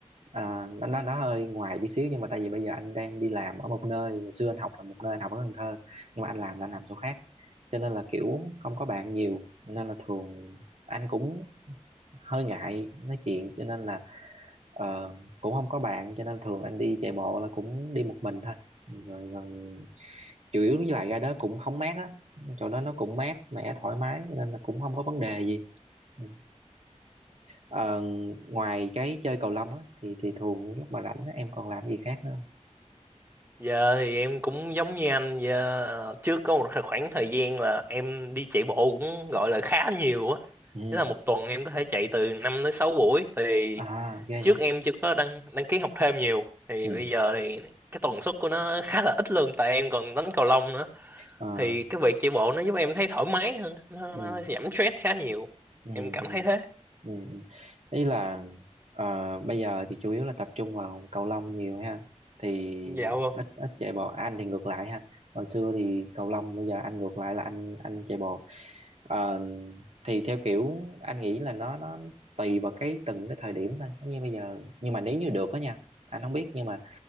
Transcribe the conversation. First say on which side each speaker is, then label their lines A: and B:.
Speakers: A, on the right; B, on the right.
A: à, nó nó nó hơi ngoài đi xíu nhưng mà tại vì bây giờ anh đang đi làm ở một nơi Hồi xưa anh học là một nơi anh học ở Cần Thơ nhưng mà anh làm là anh làm chỗ khác cho nên là kiểu không có bạn nhiều nên là thường anh cũng hơi ngại nói chuyện cho nên là ờ, cũng không có bạn cho nên thường anh đi chạy bộ là cũng đi một mình thôi rồi rồi chủ yếu với lại ra đó cũng không mát á chỗ đó nó cũng mát mẻ thoải mái cho nên là cũng không có vấn đề gì Ừ. Ờ, ngoài cái chơi cầu lông á thì thì thường lúc mà rảnh á, em còn làm gì khác nữa không?
B: Giờ thì em cũng giống như anh giờ ờ, trước có một khoảng thời gian là em đi chạy bộ cũng gọi là khá nhiều á.
A: ừ
B: Tức là một tuần em có thể chạy từ 5 tới 6 buổi thì
A: à ghê
B: trước
A: vậy
B: em chưa có đăng đăng ký học thêm nhiều thì
A: ừ
B: bây giờ thì cái tần suất của nó khá là ít luôn tại em còn đánh cầu lông nữa.
A: ờ
B: Thì cái việc chạy bộ nó giúp em thấy thoải mái hơn, nó,
A: ừ
B: nó giảm stress khá nhiều.
A: ừ
B: Em cảm
A: ừ
B: thấy thế.
A: Ừ. Ý là ờ, bây giờ thì chủ yếu là tập trung vào cầu lông nhiều ha thì
B: Dạ vâng.
A: ít ít chạy bộ À, anh thì ngược lại ha hồi xưa thì cầu lông bây giờ anh ngược lại là anh anh chạy bộ Ờ, thì theo kiểu anh nghĩ là nó nó tùy vào cái từng cái thời điểm thôi giống như bây giờ nhưng mà nếu như được đó nha anh không biết nhưng mà